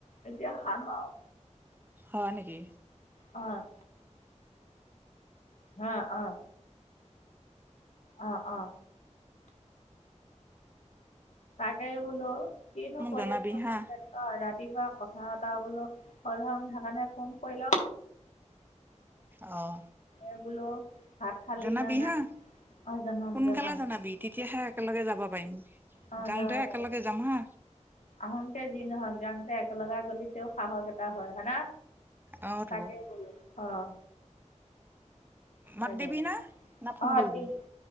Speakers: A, on the left; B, on the right.
A: এতিয়া খামা আও।
B: হয়ঁ, নেকি?
A: অঁ! হা অঁ! অঁ অঁ। তাকেই বোলো কিনো
B: মোক
A: কৰি
B: জনাবি
A: আছ
B: হা
A: তাকে- অঁ ৰাতিপুৱা কথা এটা বোলো সোধোঁ সেইকাৰণে ফোন কৰি লং।
B: অহ।
A: এ বোলো- ভাত খালি
B: জনাবি
A: না নাই?
B: হা,
A: অ', জনাম
B: সোনকালে
A: জনাম।
B: জনাবি তেতিয়াহে একেলগে যাব পাৰিম।
A: অঁ
B: যাওঁতে
A: যাব
B: একেলগে
A: পাৰিম।
B: যাম হা
A: আহংতে যি নহওঁক যাংতে একেলগে গলি তেওঁ সাহস এটা হয়ঁ হয় না।
B: অ তো
A: তাকেই বোলো অঁ।
B: মাত
A: তাকে
B: দিবি না না ফোন
A: অ
B: কৰিবি
A: দিম।